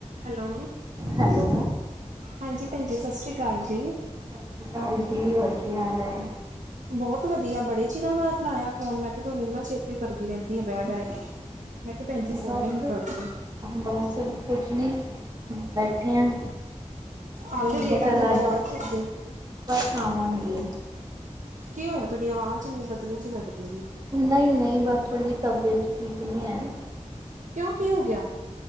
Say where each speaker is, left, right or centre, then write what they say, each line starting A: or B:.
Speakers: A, on the right; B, on the right.
A: ਹੈਲੋ
B: ਹੈਲੋ
A: ਹਾਂਜੀ ਭੈਣ ਜੀ ਸਸ ਸ੍ਰੀ ਕਾਲ ਜੀ।
B: ਸਸ ਸ੍ਰੀ ਕਾਲ ਜੀ, ਹੋਰ ਕੀ ਹਾਲ ਹੈ।
A: ਬੋਹਤ ਵਧੀਆ ਬੜੇ ਚਿਰਾਂ ਬਾਦ ਲਆਇਆ ਫੋਨ ਮੈਂ ਤੇ ਤੁਹਾਨੂੰ ਇੰਨਾ ਚੇਤੇ ਕਰਦੀ ਰਹਿੰਦੀ ਆ ਬਹਿ-ਬਹਿ ਕੇ। ਮੈਂ ਕਿਹਾ ਭੈਣਜੀ
B: ਜੀ
A: ਫੋਨ
B: ਬਸ
A: ਹੁਣ ਕਰਦੇ।
B: ਬਸ ਕੁਛ ਨੀ ਬੈਠੀ ਹਾਂ।
A: ਆਂਦੇ
B: ਮੈਂ ਕਿਹਾ
A: ਗੇੜਾ
B: ਚੱਲ
A: ਗੂੜਾ
B: ਅੱਜ,
A: ਲਾ ਛੱਡਦੇ।
B: ਬਸ ਆਵਾਂਗੀ।
A: ਕੀ ਹੋਇਆ ਤੁਹਾਡੀ ਆਵਾਜ਼ ਇੰਨੀ ਬਦਲੀ ਚ ਲੱਗਦੀ ਐ।
B: ਨਈ-ਨਈ ਬਸ ਥੋੜ੍ਹੀ ਜਿਹੀ ਤਬੀਅਤ ਠੀਕ ਨੀ ਹੈ।
A: ਕਿਉਂ ਕੀ ਹੋ ਗਿਆ।